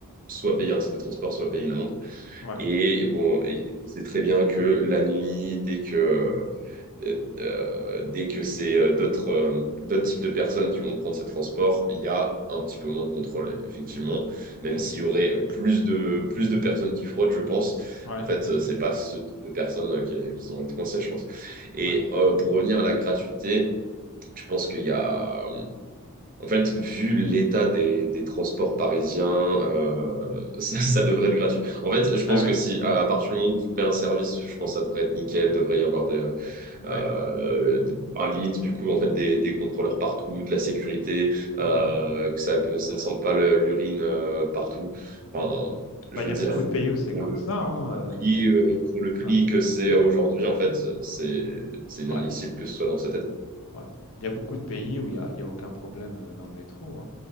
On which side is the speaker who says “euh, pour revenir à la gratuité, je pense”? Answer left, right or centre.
Right